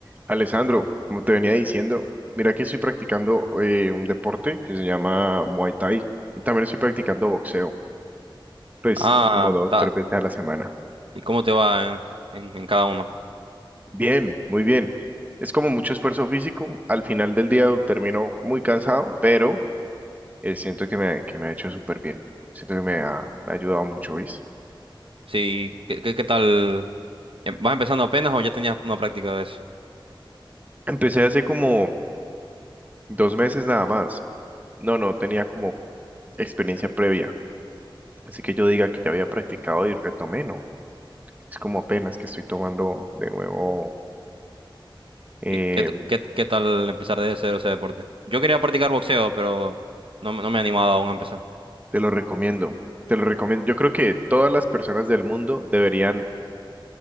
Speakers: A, on the right; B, on the right.
A: Alessandro, como te venía diciendo, mira que estoy practicando eh, un deporte que se llama Muay Thai y también estoy practicando boxeo, pues
B: Ah,
A: como dos,
B: está.
A: tres veces a la semana.
B: ¿Y cómo te va en, en- en cada uno?
A: Bien, muy bien. Es como mucho esfuerzo físico. Al final del día termino muy cansado, pero eh, siento que me, que me ha hecho súper bien. Siento que me ha, me ha ayudado mucho, ¿veis?
B: Sí, ¿qué, qué, qué tal? Eh, ¿Vas empezando apenas o ya tenías una práctica de eso?
A: Empecé hace como dos meses nada más. No, no tenía como experiencia previa. Así que yo diga que ya había practicado y retomé, ¿no? Es como apenas que estoy tomando de nuevo. eh,
B: ¿Y qué, t- qué, qué tal empezar desde cero ese deporte? Yo quería practicar boxeo, pero no, me no me he animado aún a empezar.
A: te lo recomiendo. Te lo recomiendo. Yo creo que todas las personas del mundo deberían